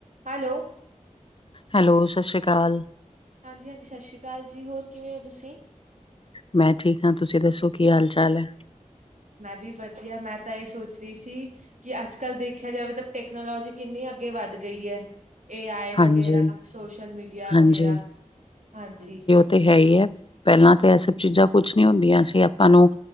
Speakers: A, on the right (about 70°); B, on the left (about 45°).
A: Hello
B: hello ਸਤਿ ਸ੍ਰੀ ਅਕਾਲ
A: ਹਾਂਜੀ ਹਾਂਜੀ ਸਤਿ ਸ਼੍ਰੀ ਅਕਾਲ ਜੀ ਹੋਰ ਕਿਵੇਂ ਹੋ ਤੁਸੀਂ
B: ਮੈਂ ਠੀਕ ਹਾਂ ਤੁਸੀਂ ਦੱਸੋ ਕੀ ਹਾਲ ਚਾਲ ਹੈ
A: ਮੈਂ ਵੀ ਵਧੀਆ ਮੈਂ ਤਾਂ ਇਹ ਸੋਚ ਰਹੀ ਸੀ ਕਿ ਅੱਜ ਕੱਲ੍ਹ ਦੇਖਿਆ ਜਾਵੇ ਤਾਂ ਟੈਕਨੋਲੋਜੀ ਕਿੰਨੀ ਅੱਗੇ ਵੱਧ ਗਈ ਹੈ ਏ ਆਈ
B: ਹਾਂਜੀ,
A: ਵਗੈਰਾ ਸੋਸ਼ਲ ਮੀਡੀਆ
B: ਹਾਂਜੀ,
A: ਵਗੈਰਾ ਹਾਂਜੀ
B: ਤੇ ਹੈ ਹੀ ਹੈ ਪਹਿਲਾਂ ਤਾਂ ਇਹ ਸਭ ਚੀਜ਼ਾਂ ਕੁਛ ਨੀ ਹੁੰਦੀਆਂ ਸੀ ਆਪਾਂ ਨੂੰ